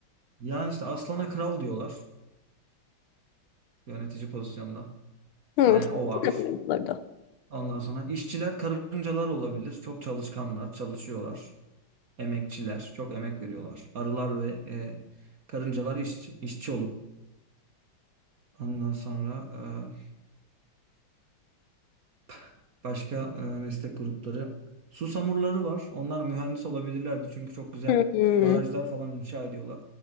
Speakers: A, on the right; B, on the left.
A: Yani işte aslana kral diyorlar yönetici pozisyonda.
B: Hmm,
A: Yani
B: çok
A: o var.
B: güzel olurdu.
A: Ondan sonra işçiler karıncalar olabilir. Çok çalışkanlar, çalışıyorlar. Emekçiler, çok emek veriyorlar. Arılar ve e, karıncalar işçi, işçi olur. Ondan sonra e, <laughs> başka e, meslek grupları. Su samurları var. Onlar mühendis olabilirlerdi. Çünkü çok güzel
B: Hmm,
A: barajlar falan inşa ediyorlar.